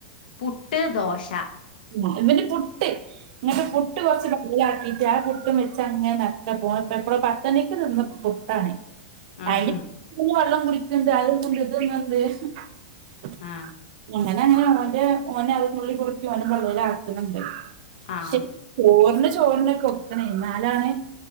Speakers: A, on the left; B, on the right.
A: പുട്ട് ദോശ
B: ആ ഇവന്റെ പുട്ടി ഇങ്ങിട്ട് പുട്ട് കുറച്ച് ബേയ്ലാക്കി ആ പുട്ടും വെച്ചങ്ങനെനൊക്കെ പോയപ്പ എപ്പഴ പത്തണിക്ക് തിന്ന പുട്ടാണേ
A: ആഹ്
B: അ <unintelligible> ത്കുളിക്കണ്ട് <unintelligible>
A: ആഹ്
B: അങ്ങനെ അങ്ങനെ ന്റെ ഓനെ അതിനുള്ളി പോയി ഓനും പള്ളിൽ ആക്കുന്നുണ്ട്
A: ആഹ്
B: ശ ഓർന്ന് ചോറിന്റൊക്കെ ഒക്കണേ ന്നാലാണ്